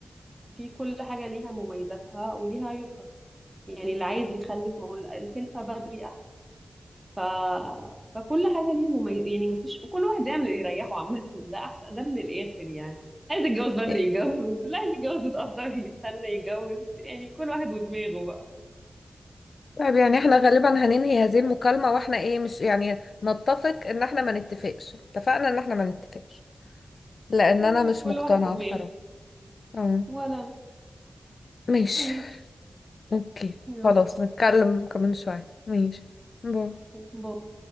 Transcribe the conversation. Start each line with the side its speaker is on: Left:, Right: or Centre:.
Right: في كل حاجة ليها مميزاتها وليها عيوبها يعني اللي عايز يخلف ما هو الخلفة بدري أحسن ف... فكل حاجة ليها مميز يعني مفيش وكل واحد يعمل اللي يريحه عامة ده أحسن ده من الآخر يعني عايز يتجوز بدري
Left: <laughs>
Right: يتجوز اللي عايز يتجوز يتأخر يستنى يتجوز يعني كل واحد ودماغه بقى
Left: طيب يعني احنا غالبا هننهي هذه المكالمة واحنا ايه مش يعني نتفق ان احنا ما نتفقش اتفقنا ان احنا ما نتفقش لان
Right: تمام
Left: انا مش
Right: كل
Left: مقتنعة
Right: واحد ودماغه
Left: بصراحة اه
Right: ولا أنا.
Left: ماشي
Right: ماشي
Left: اوكي
Right: يلا
Left: خلاص نتكلم كمان شوية ماشي باي
Right: أوكي